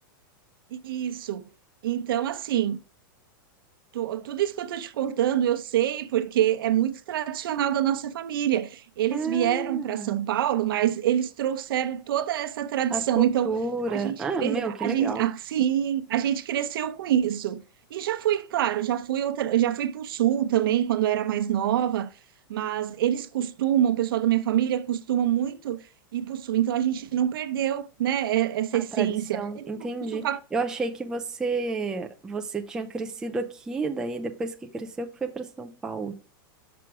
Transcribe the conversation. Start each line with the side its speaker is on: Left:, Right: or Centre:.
Right: Isso. Então, assim, Tu- Tudo isso que eu estou te contando, eu sei, porque é muito tradicional da nossa família. Eles
Centre: Ah,
Right: vieram para São Paulo, mas eles trouxeram toda essa tradição.
Centre: a cultura.
Right: Então, a gente,
Centre: Ah,
Right: cre...
Centre: meu, que
Right: a
Centre: legal.
Right: gente, assim, a gente cresceu com isso. E já fui, claro, já fui outra, já fui para o sul também, quando eu era mais nova, mas eles costumam, o pessoal da minha família costuma muito ir para o sul. Então, a gente não perdeu, né, e- essa
Centre: A
Right: essência.
Centre: tradição,
Right: Eles
Centre: entendi.
Right: vão para o sul
Centre: Eu achei que você você tinha crescido aqui, daí depois que cresceu que foi para São Paulo.